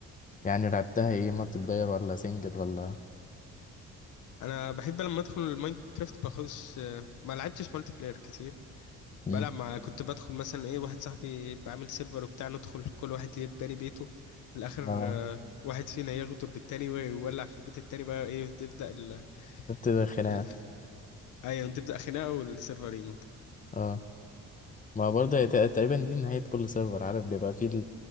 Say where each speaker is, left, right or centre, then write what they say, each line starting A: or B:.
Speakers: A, on the left; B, on the left.
A: يعني لعبتها ايه مالتي بلاير ولا سنجل ولا
B: انا بحب لما ادخل الماينكرافت باخدش آه، ما لعبتش مالتي بلاير كتير
A: امم
B: بلعب مع كنت بدخل مثلا ايه واحد صاحبي بعمل سيرفر وبتاع ندخل كل واحد يبني باني بيته في الاخر
A: اه
B: آه، واحد فينا يغدر بالتاني ويولع في بيت التاني بقى ايه تبدا ال...
A: بتبتدي خناقه
B: ال... ايوه تبدا خناقه والسيرفر يموت
A: اه ما برضه هي تق- تقريبا دي نهايه كل سيرفر عارف بيبقى فيه ال...